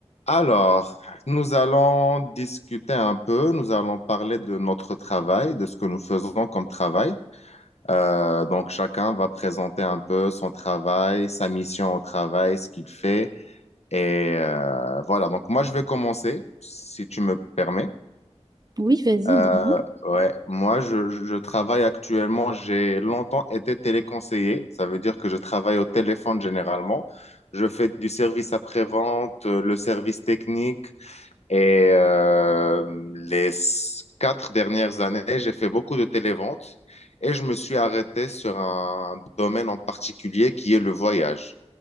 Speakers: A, on the left; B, on the right.
A: Alors, nous allons discuter un peu, nous allons parler de notre travail, de ce que nous faisons comme travail. Euh, donc, chacun va présenter un peu son travail, sa mission au travail, ce qu'il fait. Et euh, voilà, donc moi, je vais commencer, si tu me permets.
B: Oui, vas-y,
A: Euh,
B: dis-moi.
A: ouais, moi, je, je travaille actuellement, j'ai longtemps été téléconseiller, ça veut dire que je travaille au téléphone généralement. Je fais du service après-vente, euh, le service technique. Et euh, les quatre dernières années, j'ai fait beaucoup de télévente et je me suis arrêté sur un domaine en particulier qui est le voyage.